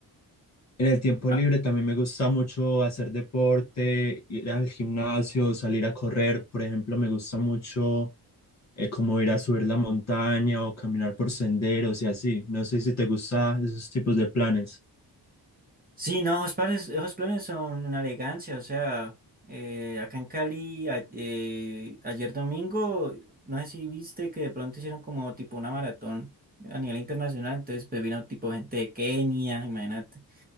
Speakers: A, on the left; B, on the right.
A: en el tiempo
B: Ah,
A: libre también me gusta mucho hacer deporte, ir al gimnasio, salir a correr, por ejemplo, me gusta mucho eh, como ir a subir la montaña o caminar por senderos y así. No sé si te gustan esos tipos de planes.
B: sí, no, esos planes, esos planes son una elegancia, o sea, eh, acá en Cali, a- eh, ayer domingo, no sé si viste que de pronto hicieron como tipo una maratón a nivel internacional, entonces pues vino tipo gente de Kenia, imagínate,